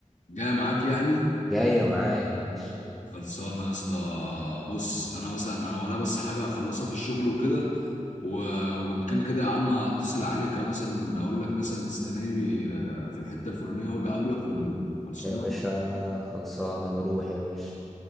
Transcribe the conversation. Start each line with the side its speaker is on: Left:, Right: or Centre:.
Left: جاي معاك يعني
Centre: جاية معايا يا باشا
Left: خلصانه يا اسطى بص انا مثلا انا ورايا بس حاجه هخلصها في الشغل وكده و... وان كان كده يا عم هتصل عليك مثلا اقول لك مثلا تستناني آه، في الحته الفلانيه واجي اقابلك ونقول خلصانه
Centre: يا باشا خلصانة نروح يا باشا